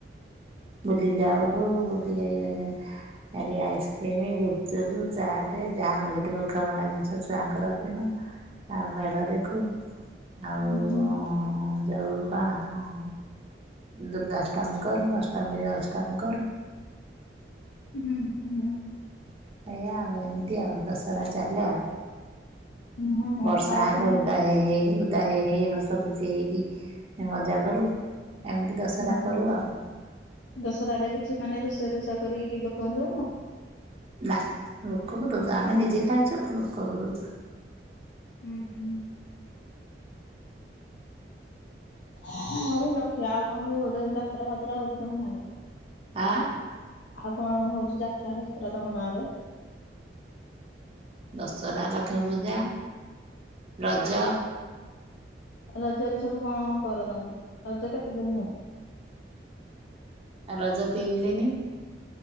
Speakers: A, on the right; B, on the left.
A: ବୁଲି ଯାଉ, ବୁଲି ଯାଇ। ଇଆଡେ ଆଇସ୍କ୍ରିମ, ଗୁପଚୁପ, ଚାଟ ଯାହା ମିଳିଥିବ ଖେଳଣା ଜିନିଷ ଛୁଆଙ୍କର କିଣ। ଆ ମେଢ ଦେଖୁ? ଆଉ
B: ହୁଁ ହୁଁ
A: ଯାଉ କଣ ହଁ ଦୁର୍ଗାଷ୍ଟମୀ କରୁ ଅଷ୍ଟମୀରେ ଅଷ୍ଟମୀ କରୁ।
B: ହୁଁ ହୁଁ
A: ହ ଏୟା ଆଉ ଏମିତି ଆଉ ଦଶହରା ଚାଲେ ଆଉ।
B: ହୁଁ।
A: ବର୍ଷା
B: ଆଉ
A: <unintelligible>
B: କଣ ସବୁ
A: ଉଦା ହେଇ ହେଇ ଗଲୁ। ଓଦା ହେଇ ହେଇ ହସ ଖୁସି ହେଇକି ମଜା କରୁ। ଏମିତି ଦଶହରା
B: ହୁଁ ହୁଁ।
A: କରୁ ଆଉ।
B: ଦଶହରାରେ କିଛି ମାନେ ରୋଷେଇ ରୁଷା କରିକି ଲୋକଙ୍କୁ ଦଉନ?
A: ନା ଲୋକକୁ ଦୋଉଛୁ ଆମେ ନିଜେ ଖାଇଛୁ ନା ଲୋକକୁ ଦଉଚୁ।
B: ହୁଁ ହୁଁ। ଆଉ ଲକ୍ଷ ଆଉ କଣ। <unintelligible> ଯାତା ଫାତ୍ରା ହଉଚି ତମ ଗାଆଁ ରେ।
A: ଆଁ।
B: ଆଉ କଣ ହଉଛି ଯାତ୍ରା ଫାତ୍ରା ତମ ଗାଁ ରେ?
A: ଦଶହରା, ଲକ୍ଷ୍ମୀ ପୂଜା, ରଜ।
B: ରଜରେ ସବୁ କଣ କର ତମେ? ରଜ କେତେ ଦିନ ହୁଏ?
A: ରଜ ତିନିଦିନି।